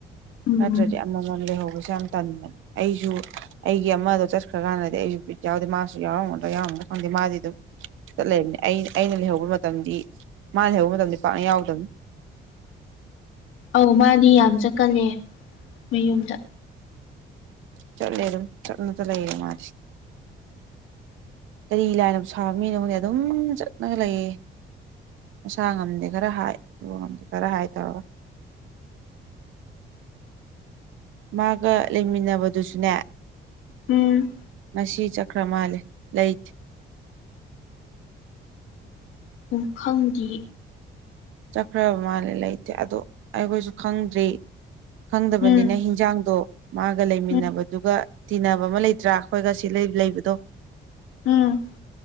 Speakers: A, on the left; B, on the right.
A: ꯎꯝ
B: ꯅꯠꯇ꯭ꯔꯗꯤ ꯑꯃꯃꯝ ꯂꯩꯍꯧꯕ ꯌꯥꯝ ꯇꯟꯕꯅꯦ ꯑꯩꯁꯨ ꯑꯩꯒꯤ ꯑꯃꯗꯣ ꯆꯠꯈ꯭ꯔꯀꯥꯟꯗꯗꯤ ꯑꯩꯁꯨ ꯕꯤꯠ ꯌꯥꯎꯗꯦ ꯃꯥꯁꯨ ꯌꯥꯎꯔꯝꯒꯗ ꯌꯥꯎꯔꯝ ꯪꯗꯦ ꯃꯥꯗꯤ ꯑꯗꯨꯝ ꯆꯂꯕ ꯑꯩꯅ ꯂꯩꯍꯧꯕ ꯃꯇꯝ ꯃꯥꯅ ꯂꯩꯍꯧꯕ ꯄꯥ ꯌꯥꯎꯗꯅꯤ
A: ꯑꯧ ꯃꯥꯅꯤ ꯌꯥꯝ ꯆꯠꯀꯂꯦ ꯃꯌꯨꯝꯗ
B: ꯆꯂꯔꯣ ꯆꯠꯅ ꯆꯂ ꯏꯔ ꯃꯥꯁꯤ ꯀꯔꯤ ꯂꯥꯏꯅ ꯁꯥꯕ ꯃꯤꯅꯣꯉꯣꯟꯗꯤ ꯑꯗꯨꯝ ꯆꯠꯅꯒ ꯂꯩꯌꯦ ꯃꯁꯥ ꯉꯝꯗꯦ ꯈꯔ ꯍꯥꯏ ꯑꯗꯨ ꯉꯝꯗꯦ ꯈꯔ ꯍꯥꯏ ꯇꯧꯔꯒ ꯃꯥꯒ ꯂꯩꯃꯤꯟꯅꯕꯗꯨꯁꯨꯅꯦ
A: ꯎꯝ
B: ꯉꯁꯤ ꯀ꯭ꯔꯃꯂ ꯂꯥꯏꯠ
A: ꯄꯨꯡꯈꯪꯒꯤ
B: ꯆꯠꯈ꯭ꯔꯕ ꯃꯥꯜꯂꯦ ꯂꯩꯇꯦ ꯑꯗꯣ ꯑꯩꯈꯣꯏꯁꯨ ꯈꯪꯗ꯭ꯔꯤ ꯈꯪꯗꯕꯅꯤꯅ
A: ꯎꯝ
B: ꯍꯤꯟꯖꯥꯡꯗꯣ ꯃꯥꯒ ꯂꯩꯃꯤꯟꯅꯕꯗꯨꯒ
A: ꯎꯝ
B: ꯇꯤꯟꯅꯕ ꯑꯃ ꯂꯩꯇ꯭ꯔꯥ ꯑꯩꯈꯣꯏꯒ ꯁꯤ ꯂꯩꯕꯗꯣ
A: ꯎꯝ